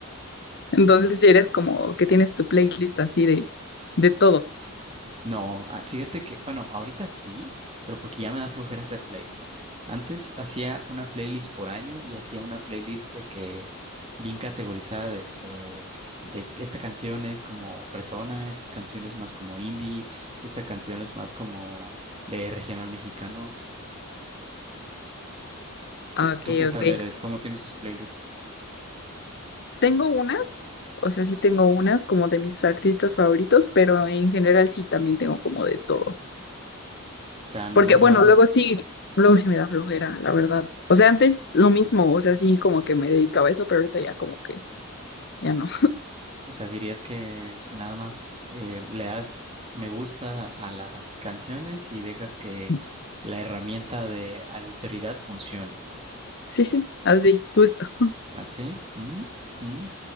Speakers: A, on the left; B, on the right.
A: Entonces, si eres como que tienes tu playlist así de, de todo.
B: No, ah, fíjate que, bueno, ahorita sí, pero porque ya me da flojera hacer playlist. Antes hacía una playlist por año y hacía una playlist de que bien categorizada de, de, de que esta canción es como fresona, esta canción es más como indie, esta canción es más como de regional mexicano.
A: Ah,
B: ¿Tú,
A: Ok,
B: tú qué tal
A: ok.
B: eres? ¿Cómo tienes tus playlists?
A: Tengo unas, o sea, sí tengo unas como de mis artistas favoritos, pero en general sí también tengo como de todo.
B: O sea, nomás
A: Porque, bueno,
B: le vas,
A: luego sí, luego sí me da flojera, la verdad. O sea, antes lo mismo, o sea, sí como que me dedicaba a eso, pero ahorita ya como que ya no.
B: O sea, dirías que nada más eh, le das me gusta a las canciones y dejas que
A: <laughs>
B: la herramienta de aleatoriedad funcione.
A: Sí, sí, así, justo.
B: ¿Así? ¿Mm? ¿Mm?